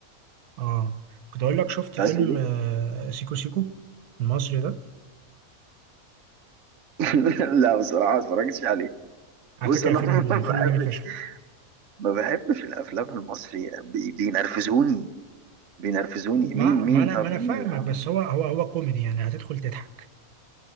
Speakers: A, on the right; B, on the right.
A: آه. كنت اقول لك شفت
B: انت
A: فيلم
B: عايز تقول ايه؟
A: آه، سيكو سيكو المصري ده
B: <laughs> لا بصراحة ما اتفرجتش عليه
A: على
B: بص
A: فكره
B: انا
A: فيلم
B: <laughs> ما بحبش
A: فيلم جامد فشخ
B: ما بحبش الافلام المصري بي- بينرفزوني بينرفزوني
A: ما
B: مين
A: ما
B: مين
A: انا
B: طب
A: ما انا
B: مين
A: فاهمك
B: اللي عمله
A: بس هو هو هو كوميدي يعني هتدخل تضحك